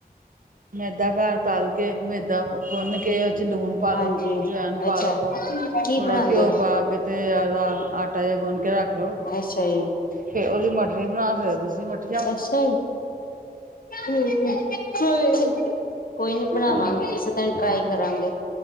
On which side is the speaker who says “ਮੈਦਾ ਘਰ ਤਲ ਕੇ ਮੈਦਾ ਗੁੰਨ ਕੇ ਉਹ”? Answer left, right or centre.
Right